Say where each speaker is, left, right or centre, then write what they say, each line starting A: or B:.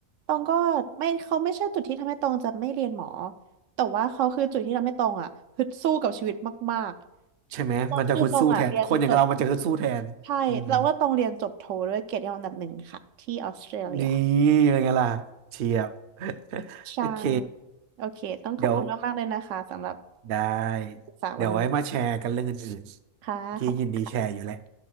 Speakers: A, on the right; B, on the right.
A: ตองก็ไม่เขาไม่ใช่จุดที่ทำให้ตองจะไม่เรียนหมอแต่ว่าเขาคือจุดที่ทำให้ตองอ่ะฮึดสู้กับชีวิตมากๆตองคือตองอ่ะเรียนจบ
B: ใช่ไหมมันจะฮึดสู้แทนคนอย่างเรามันจะฮึดสู้แทนอืม
A: ใช่แล้วว่าตองเรียนจบโทด้วยเกียรตินิยมอันดับหนึ่งค่ะที่ออสเตรเลีย
B: นี่เป็นไงล่ะเชียบ <laughs>
A: ใช่
B: โอเค
A: โอเคต้องขอบคุณมากๆเลยนะคะสำหรับ
B: เดี๋ยวได้เดี๋ยวไว้มาแชร์กันเรื่องอื่นๆที้ยินดีแชร์อยู่แหละ
A: ปรึกษาวันนี้ค่ะขอบคุณ